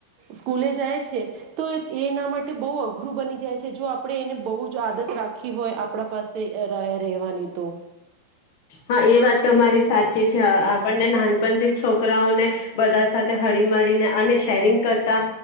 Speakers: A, on the right; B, on the left.
A: સ્કૂલે જાય છે તો એના માટે બહ અઘરું બની જાય છે જો આપણે એને બહ જો આદત રાખી હોય આપણા પાસે રહેવાની તો.
B: હા એ વાત તો મારી સાચી છે આપણને નાનપણથી છોકરાઓને બધા સાથે હળી મળળીને અને શેરિંગ કરતા